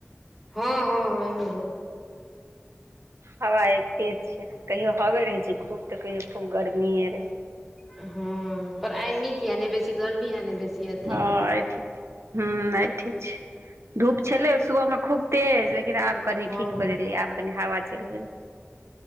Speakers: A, in the centre; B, on the right (about 75°).
A: हँ -हँ- हँ इम्हरो।।
B: हवा आय तेज छैय। कहियो हवे रहय छैय खूब त कहियो खूब गर्मीये रहय।
A: हँ पर आइ निक किये नय बेसी गर्मी हे नय बेसी
B: छै
A: अथी।
B: हँ आइ ठीक छै हूँ आइ ठीक छै धूप छलय सुबहमे खूब तेज लेकिन आब कनि
A: हँ
B: ठीक पर
A: हँ
B: ऐलय ऐ आब कनि हवा चल लय।